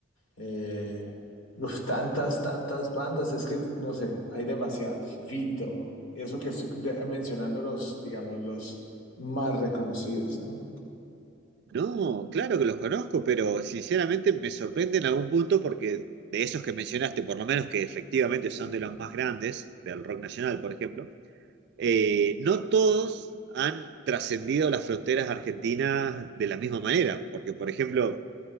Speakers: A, on the left; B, on the right.
A: eh, uf, tantas, tantas bandas, es que no sé, hay demasiadas. Fito, eso que estoy de- mencionando los, digamos, los más reconocidos, ¿no?
B: No, claro que los conozco, pero sinceramente me sorprende en algún punto porque de esos que mencionaste, por lo menos que efectivamente son de los más grandes, del rock nacional, por ejemplo, eh, no todos han trascendido las fronteras argentinas de la misma manera, porque por ejemplo,